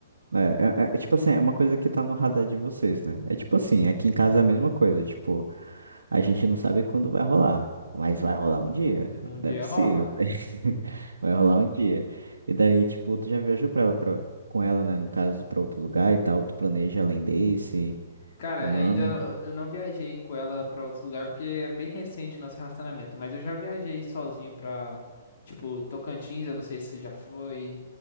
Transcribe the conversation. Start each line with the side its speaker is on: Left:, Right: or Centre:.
Right: É, é, é, é, tipo assim, é uma coisa que tá no radar de vocês, né? É tipo assim, aqui em casa é a mesma coisa, tipo, a gente não sabe quando vai rolar, mas vai rolar um dia,
Left: Um
Right: não
Left: dia
Right: é possível,
Left: rola.
Right: né? <laughs> Vai rolar um dia. E daí, tipo, tu já viajou pra ela, pra, com ela, né, no caso, pra outro lugar e tal, tu planeja além desse,
Left: Cara,
Right: ou não?
Left: ainda eu não viajei com ela pra outro lugar porque é bem recente o nosso relacionamento, mas eu já viajei sozinho pra, tipo, Tocantins, eu não sei se você já foi.